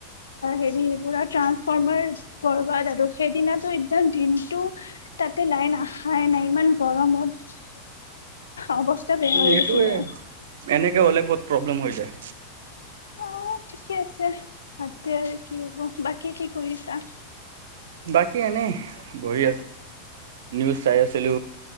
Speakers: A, on the left (about 70°); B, on the right (about 60°).
A: হেৰি পুৰা ট্ৰানসফৰ্মাৰ বৰবাদ আৰু সেই দিনাটো একদম দিনটো তাতে লাইন অহাই নাই ইমান গৰমত অৱস্থা বেয়া হৈ
B: এইটোয়ে
A: গৈছিলে
B: এনেকে হ'লে বহুত প্ৰব্লেম হৈ যায়
A: অ ঠিকে আছে আতিয়া আৰু কি হ'ব বাকী কি কৰিছা
B: বাকী এনে বহি নিউজ চাই আছিলো